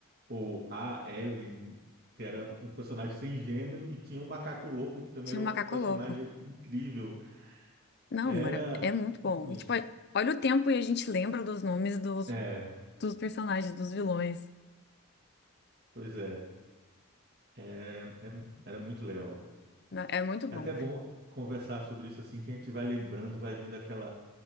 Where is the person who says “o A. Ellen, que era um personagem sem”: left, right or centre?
Right